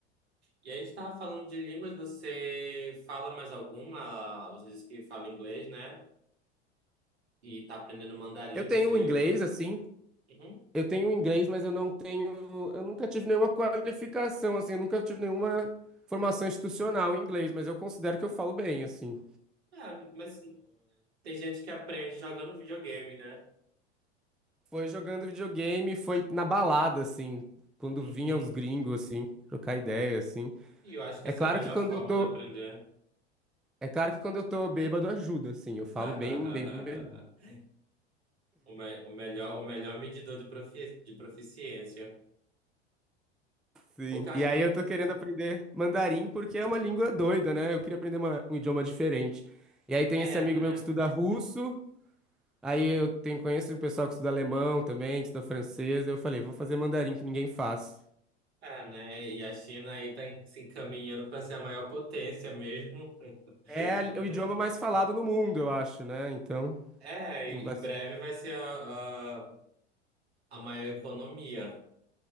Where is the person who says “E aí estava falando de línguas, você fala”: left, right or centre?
Right